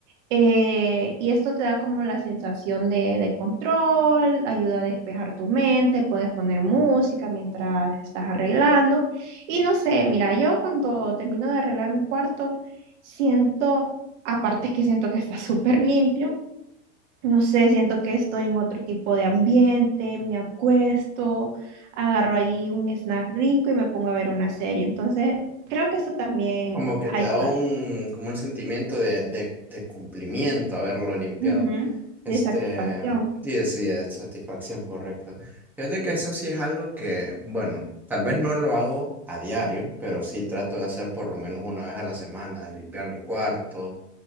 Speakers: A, on the right (about 70°); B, in the centre.
A: Eh, y esto te da como la sensación de, de control, ayuda a despejar tu mente, puedes poner música mientras estás arreglando. Y no sé, mira, yo cuando termino de arreglar mi cuarto, siento, aparte que siento que está <laughs> súper limpio no sé, siento que estoy en otro tipo de ambiente, me acuesto, agarro ahí un snack rico y me pongo a ver una serie. Entonces, creo que eso también
B: Como que
A: ayuda.
B: te da un, como un sentimiento de, de, de cumplimiento haberlo limpiado.
A: Ujú,
B: Este,
A: De satisfacción.
B: sí, sí, es satisfacción, correcto. Fíjate que eso sí es algo que, bueno, tal vez no lo hago a diario, pero sí trato de hacer por lo menos una vez a la semana, de limpiar mi cuarto,